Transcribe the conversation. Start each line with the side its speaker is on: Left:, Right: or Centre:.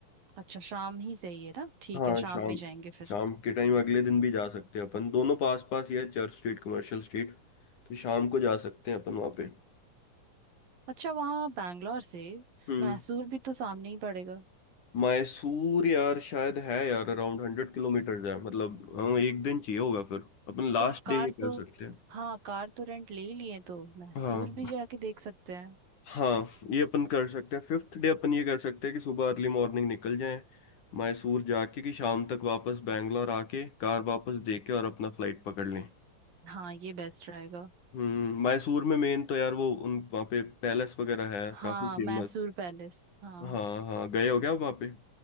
Right: अच्छा शाम ही सही है ना ठीक
Left: हाँ
Right: है शाम
Left: शाम
Right: में जाएंगे फिर
Left: शाम के टाइम अगले दिन भी जा सकते हैं अपन दोनों पास पास ही है चर्च स्ट्रीट कमर्शियल स्ट्रीट तो शाम को जा सकते हैं अपन वहाँ पे
Right: अच्छा वहाँ बैंगलोर से
Left: हम्म
Right: मैसूर भी तो सामने ही पड़ेगा
Left: मैसूर यार शायद है यार अराउंड हंड्रेड किलोमीटर है मतलब हाँ, एक दिन चाहिए होगा फिर अपन लास्ट
Right: तो कार
Left: डे ये कर
Right: तो
Left: सकते हैं
Right: हाँ कार तो रेंट ले ही लिए तो मैसूर
Left: हाँ
Right: भी जाके देख सकते हैं
Left: हाँ ये अपन कर सकते हैं फिफ्थ डे अपन ये कर सकते हैं कि सुबह अर्ली मॉर्निंग निकल जाएं मैसूर जाके कि शाम तक वापस बैंगलोर आके कार वापस दे के और अपना फ्लाइट पकड़ लें
Right: हाँ ये बेस्ट रहेगा
Left: हम्म मैसूर में मेन तो यार वो उन वहाँ पे पैलेस वगैरह है
Right: हाँ
Left: काफी फेमस
Right: मैसूर पैलेस हाँ
Left: हाँ हाँ गए हो क्या आप वहाँ पे